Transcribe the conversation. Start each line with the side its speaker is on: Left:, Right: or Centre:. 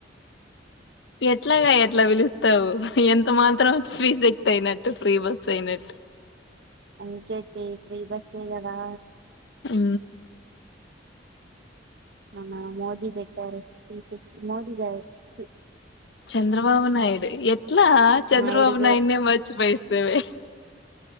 Left: ఎట్లాగా ఎట్లా పిలుస్తావు ఎంత మాత్రం ఫీస్ ఎక్కువ అయినట్టు ఫ్రీ బస్ అయినట్టు
Right: అందుకేచేయి ఫ్రీ బస్ ఎ కదా
Left: హూ
Right: మన్న మోదీ బెట్టారు శ్రీశక్తి మోదీ గారు చి
Left: చంద్రబాబు నాయుడు ఎట్లా చంద్రబాబు
Right: నాయుడు
Left: నాయుడునే మర్చిపోయేస్తేవి